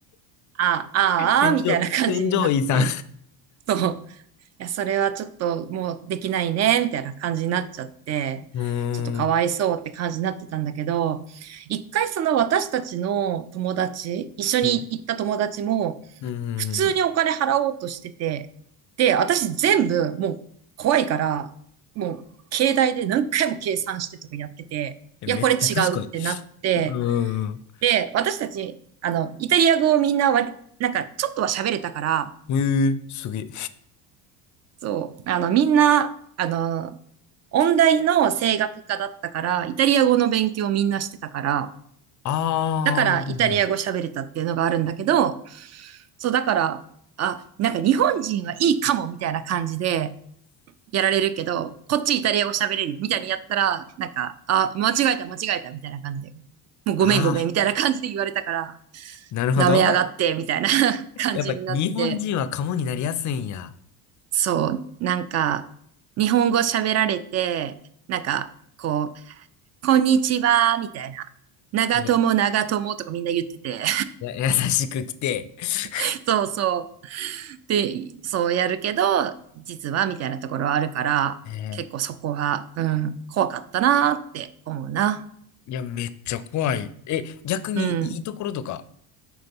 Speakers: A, on the right; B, on the left.
A: ああ、ああ、
B: 天井、
A: みたいな感じになって、
B: 天井医さん
A: そう。や、それはちょっともうできないね、みたいな感じになっちゃって、
B: うー
A: ちょっとかわいそうって感じになってたんだけど、
B: ん。
A: 一回その私たちの友達、一緒に行った友達も、
B: うん。うん。
A: 普通にお金払おうとしてて、で、私全部もう怖いから、もう携帯で何回も計算してとかやってて、
B: え、
A: いや、
B: めっちゃ賢い。
A: これ違うってなって、
B: うーん。
A: で、私たち、あの、イタリア語をみんな割、なんかちょっとは喋れたから、
B: えー、すげえ。
A: そう。あの、みんな、あの、音大の声楽科だったから、イタリア語の勉強をみんなしてたから、
B: ああー、
A: だからイタリア語喋れたっていうのがあるんだけど、
B: はい。
A: そう、だから、あ、なんか日本人はいいかもみたいな感じでやられるけど、こっちイタリア語喋れるよみたいにやったら、なんか、あ、間違えた間違えたみたいな感じで、もうごめんごめんみたいな感じで言われたから、
B: あー、なるほど。
A: 舐めやがってみたいな <laughs> 感じになって、
B: やっぱ日本人はカモになりやすいんや。
A: そう、なんか、日本語喋られて、なんか、こう、こんにちは、みたいな。長友、
B: いや、
A: 長友とかみんな言ってて。
B: や、優しく来て。<laughs>
A: <laughs> そうそう。で、そうやるけど、実は、みたいなところはあるから、
B: えー
A: 結構そこは、うん、怖かったなーって思うな。
B: いや、めっちゃ怖い。え、逆にいいところとか。
A: うん。